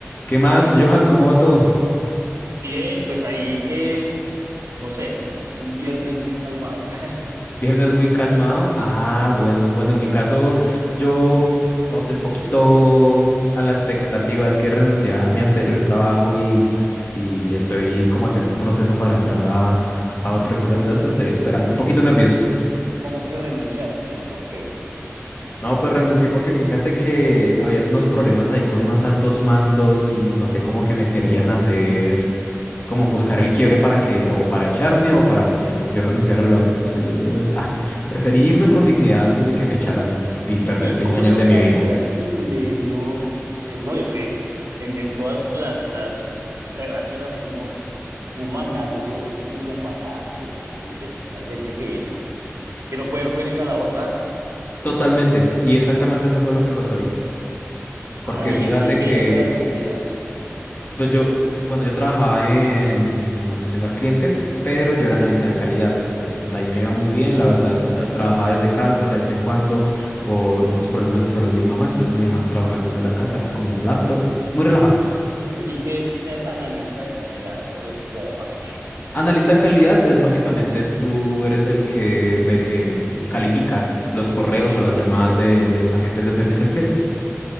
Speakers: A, on the left; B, on the right.
A: ¿Qué más, Johan? ¿Cómo va todo?
B: Bien, pues ahí, eh, no sé, como un viernes muy calmado. <laughs>
A: Viernes muy calmado. Ah, bueno, bueno, en mi caso, yo, pues, no sé, un poquito a la expectativa. Es que renuncié a mi anterior trabajo y, y estoy como haciendo un proceso para entrar a, a otro empleo. Entonces, pues estoy esperando, un poquito nervioso.
B: ¿Cómo que renunciaste? ¿Y eso por qué?
A: No, pues renuncié porque fíjate que habían unos problemas ahí con unos altos mandos y noté como que me querían hacer. como buscar el quiebre para que, o para echarme, o para que yo renunciara lo antes posible. Entonces, ah, preferí irme con dignidad antes de que me echaran y perder
B: Qué
A: seis
B: cosa
A: años de
B: tan
A: mi vida.
B: terrible, no, no puede ser. No, es que en, en todas las, las relaciones así como humanas, eso, eso tiende a pasar, ¿cierto? Como que hay, hay gente que, que no puede ser feliz a la otra.
A: Totalmente. Y exactamente eso fue lo que pasó ahí. Porque
B: Ay,
A: fíjate
B: ¿y qué,
A: que,
B: y qué era lo que hacías?
A: pues yo, bueno, yo trabajaba en, en atención al cliente, pero yo era analista de calidad. Entonces, pues ahí me iba muy bien, la verdad. eh, Trabajaba desde casa de vez en cuando por unos problemas de salud de mi mamá, entonces me dejaban trabajar desde la casa, era con una laptop, muy relajado.
B: Eh, ¿y qué es ser analista de calidad? Eso como aquí,
A: Analiza calidad es básicamente tú eres el que ver- eh, califica los correos
B: ¿qué?
A: o las llamadas de, de los agentes de servicio al cliente.